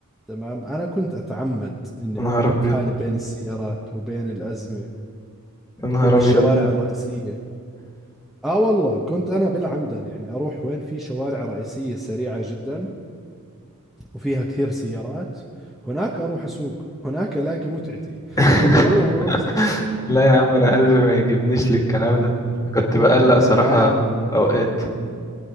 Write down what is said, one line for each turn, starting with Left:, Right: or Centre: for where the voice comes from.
Centre: تمام انا كنت اتعمد اني
Left: يا نهار
Centre: انا احط
Left: ابيض
Centre: حالي بين السيارات وبين الازمة
Left: يا نهار
Centre: وبالشوارع
Left: ابيض
Centre: الرئيسية اه والله كنت انا بالعمدا يعني اروح وين في شوارع رئيسية سريعة جدا وفيها كثير سيارات هناك اروح اسوق هناك الاقي متعتي
Left: <laughs>
Centre: <laughs> والله ما بمزح
Left: لا يا عم انا قلبي ما يجيبنيش للكلام ده كنت بقلق صراحة
Centre: لا يا عم
Left: اوقات